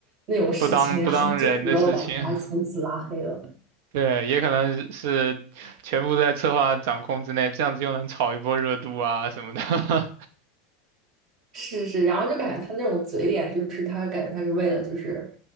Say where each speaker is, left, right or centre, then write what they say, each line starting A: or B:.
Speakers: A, on the right (about 40°); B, on the right (about 60°).
A: 那种事情，
B: 不当不当人的事情。
A: 然后就很多玩家从此拉黑了。
B: 对，也可能是全部在策划掌控之内，这样子又能炒一波热度啊什么的。<laughs>
A: 是是，然后就感觉他那种嘴脸，就是他感觉他是为了就是，